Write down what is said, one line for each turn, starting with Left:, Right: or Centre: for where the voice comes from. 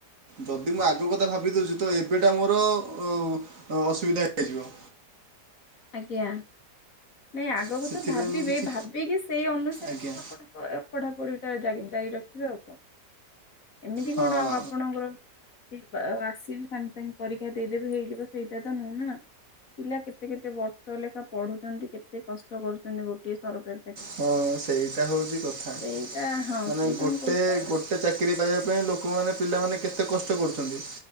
Right: ଯଦି ମୁଁ ଆଗ କଥା ଭାବି ଦୋଉଚି ତ ଏବେଟା ମୋର ଅ ଅସୁବିଧା ହେଇଯିବ।
Left: ଆଜ୍ଞା ନାଇଁ ଆଗ
Right: ସେଥିପାଇଁ
Left: କଥା ଭାବିବେ
Right: ମୁଁ କିଛି
Left: ଭାବିକି ସେଇ ଅନୁସାରେ
Right: ଆଜ୍ଞା
Left: ଆପଣ ପଢାପଢିଟା ତ ଜାଗି ଜାରି ରଖିବେ ଆଉ କଣ। ଏମିତି
Right: ହଁ
Left: କଣ ଆଉ ଆପଣଙ୍କର ଦୀପା ଆଶୀର୍ବାଦ ପାଇଁ ପରୀକ୍ଷା ଦେଇଦେବେ ହେଇଯିବ ସେଇଟା ତ ନୁହେନା। ପିଲା କେତେ କେତେ ତ ଲେଖା ପଢ଼ୁଚନ୍ତି କେତେ କଷ୍ଟ କରୁଚନ୍ତି ଗୋଟିଏ ସରକାରି
Right: ହଁ ସେଇଟା ହୋଉଚି କଥା।
Left: ସେଇଟା ହଁ
Right: ମାନେ
Left: ସେଇଟା
Right: ଗୋଟେ
Left: ମୁଁ କହୁଛି ବା
Right: ଗୋ ଟେ ଚାକିରି ପାଇବା ପାଇଁ ଲୋକମାନେ, ପିଲାମାନେ କେତେ କଷ୍ଟ କରୁଚନ୍ତି।